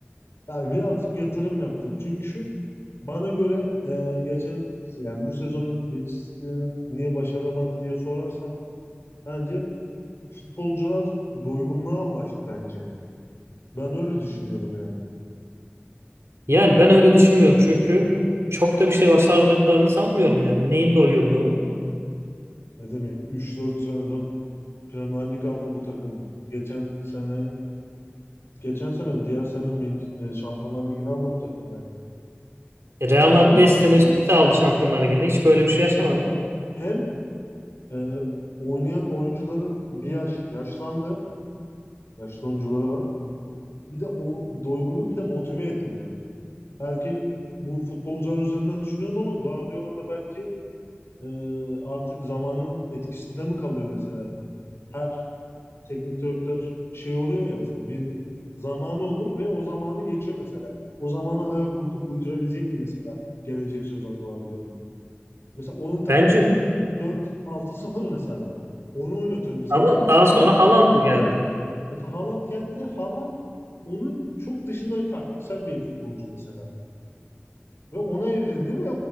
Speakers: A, on the left; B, on the right.
A: Yani birazcık yatırım yaptı. Çünkü bana göre e, geçen yani bu sezonun Manchester'ın niye başaramadı diye sorarsan bence futbolcular doygunluğa ulaştı bence. Ben öyle düşünüyorum yani.
B: Yani ben öyle düşünmüyorum çünkü çok da bir şey başardıklarını sanmıyorum yani. Neyin doyumluğu?
A: Ne demek 3-4 sezon Premier Lig aldı bu takım. Geçen sene geçen sene mi diğer sene mi Man- e, Şampiyonlar Ligi'ni aldı bu takım yani.
B: Real Madrid
A: Hem
B: 5 sene
A: hem
B: üst üste aldı Şampiyonlar Ligi'nde. Hiç böyle bir şey yaşamadı.
A: ya hem Ee, oynayan oyuncuların bir yaş yaşlandı. Yaşlı oyuncuları var. Bir de o doygunluk bir de motive etme yani. Belki bu futbolcular üzerinden düşünüyoruz ama Guardiola da belki e, artık zamanın etkisinde mi kalıyor mesela? Her teknik direktör şey oluyor ya mesela bir zamanı olur ve o zamanı geçiyor mesela. O zamana ayak uydu- uydurabilecek mi mesela gelecek sezon Guardiola? Mesela onun taktiği
B: Bence
A: dört altı sıfır mesela. Onu oynatıyor mesela.
B: ama daha
A: Haaland
B: sonra Haaland geldi.
A: Mesela Haaland geldi. Haaland onun çok dışında bir taktiksel bir futbolcu mesela. Ve ona evrildi ve